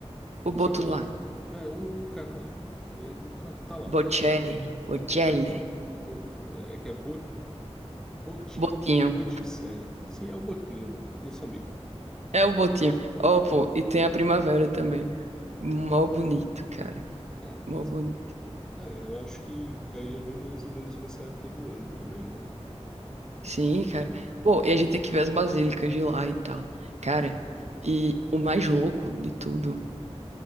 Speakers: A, on the right (about 85°); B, in the centre.
A: O boto
B: sacola.
A: lá.
B: É, o, o cara lá, pô. É, tá, tá lá.
A: Bocelli. Bocelli.
B: Bo- bo- é que é Bo- Botti,
A: Botinho.
B: Botticelli. Sim, é o Botinho, no- nosso amigo.
A: É o botinho. Ó, pô, e tem a primavera também, né? Mó bonito, cara.
B: É,
A: Mó
B: mas
A: bonito.
B: é, eu acho que caía bem mais ou menos nessa época do ano também, né?
A: Sim, cara.
B: Hum.
A: Pô, e a gente tem que ver as basílicas de lá e tal. Cara, e o mais louco de tudo